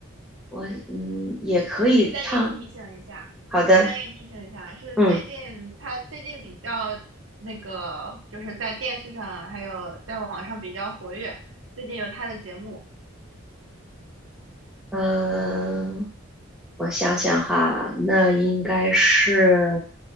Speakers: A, in the centre; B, on the right.
A: 我嗯也可以唱。
B: 我再给你提醒一下，
A: 好的，
B: 我再给你提醒一下，是最近他最近比较那个，
A: 嗯
B: 就是在电视上还有在网上比较活跃，最近有他的节目。
A: 嗯、呃我想想哈，那应该是